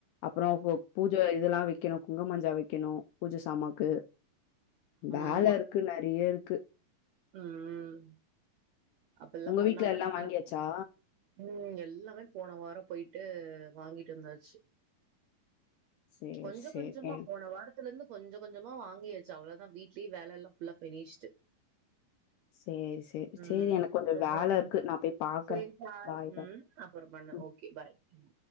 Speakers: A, on the left (about 80°); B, on the right (about 70°).
A: அப்புறோ ஒ பூ கொஞ்சோ இதெல்லா வெக்கணு குங்குமஞ்சா வெக்கணு பூஜ சாமாவ்க்கு வேல
B: ஆமா
A: இரு க்கு நெறைய இருக்கு
B: ம் அப்பில்லா
A: உங்க
B: பண்ணா
A: வீட்ல எல்லா
B: தா
A: வாங்கியாச்சா?
B: <inaudible> ம் எல்லாமே போன வாரோ போய்ட்டு வாங்கிட்டு வந்தாச்சு
A: சேரி
B: கொஞ்சோ
A: சேரி
B: கொஞ்சமா
A: எ
B: போன வார த்துலந்து கொஞ்ச கொஞ்சமா வாங்கி வெச்ச அவ்ளோதா வீ்ட்லியு வேல எல்லா ஃபுல்லா ஃபினிஷ்டு.
A: சேரி சேரி
B: ம்
A: சேரி எனக்கு கொஞ்சோ வேல
B: <inaudible>
A: இருக்கு நா போய் பாக்கறே.
B: செரி பாரு
A: பாய் பாய்
B: ம் அப்பற பண்ணு
A: ம்.
B: ஓகே பாய் ம்